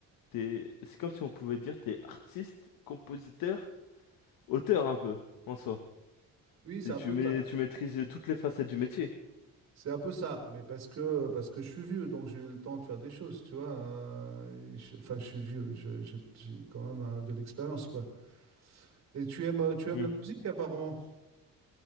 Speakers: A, on the left; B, on the right.
A: t'es... C'est comme si on pouvait dire t'es artiste, compositeur, auteur un peu, en soi.
B: Oui,
A: T'es-
B: c'est un
A: Tu
B: peu
A: mets...
B: ça.
A: tu maîtrises toutes les facettes du métier.
B: C'est un peu ça, mais parce que, parce que je suis vieux, donc j'ai eu le temps de faire des choses, tu vois. Euh, je- enfin, je suis vieux, je- j'ai j'ai quand même euh, de l'expérience, quoi. Et tu aimes, euh, tu aimes
A: Hmm.
B: la musique apparemment.